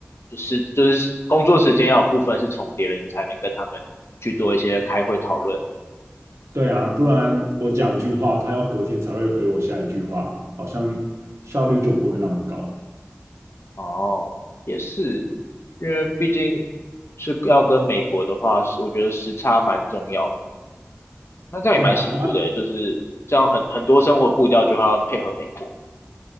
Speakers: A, on the left; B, on the right.
A: 就是就是工作时间要有部分是重叠的，你才能跟他们去做一些开会讨论。
B: 对啊，不然我讲一句话，他要隔天才会回我下一句话，好像效率就不会那么高。
A: 哦，也是，因为毕竟是要跟美国的话，是我觉得时差蛮重要的。那这样也蛮辛苦的欸，
B: 对啊，啊
A: 就是这样很很多生活步调就要配合美国，